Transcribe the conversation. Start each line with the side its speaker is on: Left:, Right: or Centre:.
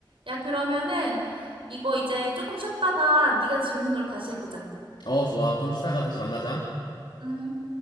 Right: 야, 그러면은 이거 이제 조금 쉬었다가 네가 질문으로 다시 해보자.
Left: 어, 좋아. 좀 쉬다가 다시 만나자.
Right: 음.